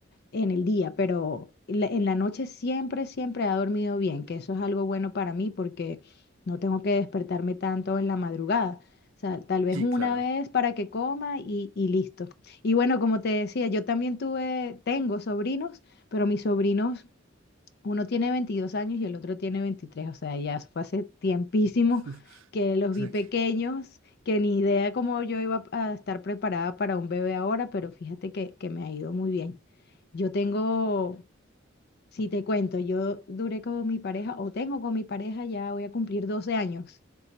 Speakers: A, on the left; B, on the right.
A: en el día, pero la- en la noche siempre, siempre ha dormido bien, que eso es algo bueno para mí porque no tengo que despertarme tanto en la madrugada. O sea, tal vez
B: Sí,
A: una
B: claro.
A: vez para que coma y, y listo. Y bueno, como te decía, yo también tuve, tengo sobrinos, pero mis sobrinos uno tiene 22 años y el otro tiene 23, o sea, ya fue hace tiempísimo
B: <laughs>
A: que los
B: O
A: vi
B: sea
A: pequeños,
B: que,
A: que ni idea cómo yo iba a estar preparada para un bebé ahora, pero fíjate que, que me ha ido muy bien. Yo tengo, si te cuento, yo duré con mi pareja o tengo con mi pareja, ya voy a cumplir 12 años.